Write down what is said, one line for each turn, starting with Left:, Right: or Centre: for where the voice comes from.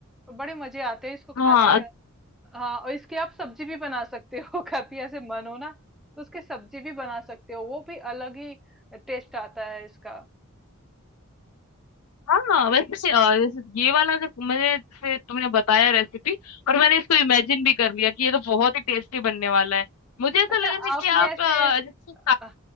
Centre: और बड़े मजे आते हैं इसको खाने
Left: हाँ
Centre: में
Left: अग-
Centre: हाँ और इसकी आप सब्जी भी बना सकते हो <laughs> कभी ऐसे मन हो ना तो उसकी सब्जी भी बना सकते हो वो भी अलग ही टेस्ट आता है इसका
Left: हाँ वैसे से, अ, जैसे ये वाला अगर मैंने जैसे तुमने बताया रेसिपी और मैंने इसको इमेजिन भी कर लिया कि ये तो बहुत ही टेस्टी बनने वाला है मुझे ऐसा
Centre: अच्छा
Left: लग रहा है
Centre: आपने
Left: कि आप
Centre: ऐसे
Left: अ, जैसे
Centre: हाँ